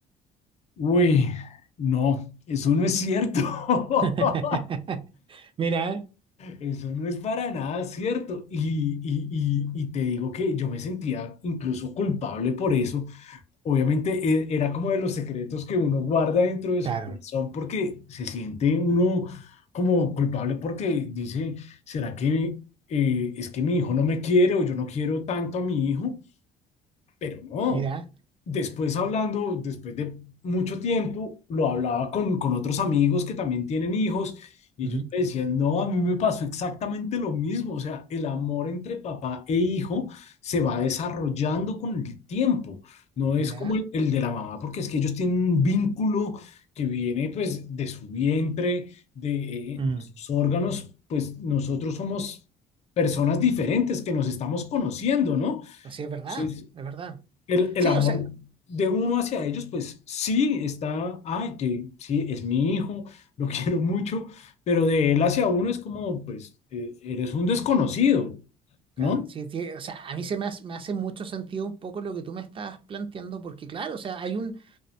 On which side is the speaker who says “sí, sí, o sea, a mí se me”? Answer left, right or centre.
Right